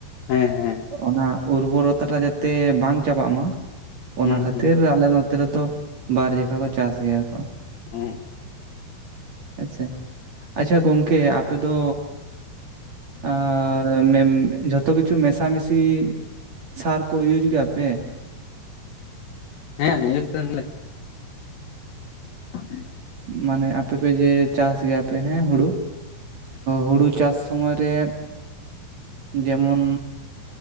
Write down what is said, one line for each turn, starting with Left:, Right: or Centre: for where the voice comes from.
Left: ᱦᱮᱸ ᱦᱮᱸ
Right: ᱚᱱᱟ ᱩᱨᱵᱚᱨᱚᱛᱟ ᱡᱟᱛᱮ ᱵᱟᱝ ᱪᱟᱵᱟᱜ ᱢᱟ ᱚᱱᱟ
Left: ᱦᱩᱸ
Right: ᱠᱷᱟᱹᱛᱤᱨ
Left: ᱦᱩᱸ
Right: ᱟᱞᱮ ᱱᱚᱛᱮ ᱨᱮᱫᱚ ᱵᱟᱨ <unintelligible> ᱠᱚ ᱪᱟᱥ ᱜᱮᱭᱟ ᱠᱚ
Left: ᱦᱮᱸ
Right: ᱦᱮᱸ ᱥᱮ ᱟᱪᱪᱷᱟ ᱜᱚᱝᱠᱮ ᱟᱯᱮ ᱫᱚ ᱟᱨ ᱢᱮᱢ ᱡᱷᱚᱛᱚ ᱠᱤᱪᱷᱩ ᱢᱮᱥᱟᱢᱤᱥᱤ ᱥᱟᱨ ᱠᱚ ᱤᱭᱩᱪ ᱜᱮᱭᱟ ᱯᱮ?
Left: ᱦᱮᱸ ᱤᱭᱩᱪ <unintelligible> ᱾ <inaudible>
Right: ᱢᱟᱱᱮ ᱟᱯᱮᱯᱮ ᱡᱮ ᱪᱟᱥ ᱜᱮᱭᱟ ᱯᱮ ᱦᱮᱸ ᱦᱩᱲᱳ ᱦᱩᱲᱩ ᱪᱟᱥ ᱥᱚᱢᱚᱭ ᱨᱮ ᱡᱮᱢᱚᱱ